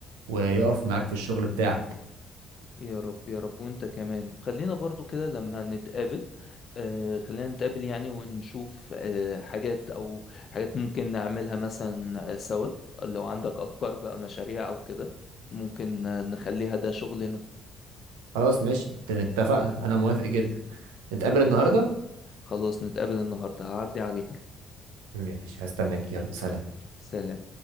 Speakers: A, on the right (about 85°); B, on the left (about 50°).
A: ويقف معاك في الشغل بتاعك
B: يا رب يا رب وانت كمان خلينا برضو كده لما نتقابل آه خلينا نتقابل يعني ونشوف آه حاجات او حاجات ممكن نعملها مثلا سوا لو عندك افكار بقى مشاريع او كده ممكن آه، نخليها ده شغلنا
A: خلاص ماشي اتفقنا انا موافق جدا نتقابل
B: خلاص
A: النهارده
B: خلاص نتقابل النهارده هعدي عليك
A: ماشي هستناك يلا سلام
B: سلام